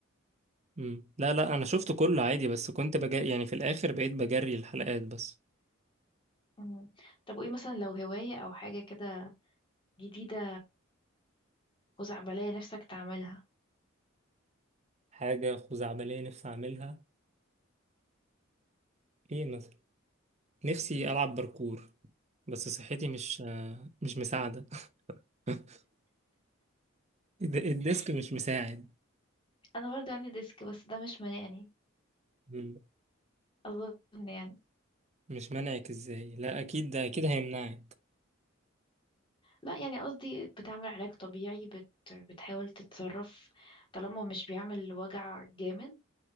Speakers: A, on the right; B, on the left.
A: امم لا لا انا شفته كله عادي بس كنت بجري يعني في الاخر بقيت بجري الحلقات بس
B: مم. طب وايه مثلا لو هواية او حاجة كده جديدة خزعبلية نفسك تعملها
A: حاجة خزعبلية نفسي اعملها ايه مثلا نفسي العب باركور بس صحتي مش آه، مش مساعدة <laughs> الد- الديسك مش مساعد
B: انا برضو عندي ديسك بس ده مش مانعني
A: مم.
B: اظن يعني
A: مش منعك ازاي لا اكيد ده اكيد هيمنعك
B: لا يعني قصدي بتعمل علاج طبيعي بت... بتحاول تتصرف طالما مش بيعمل وجع جامد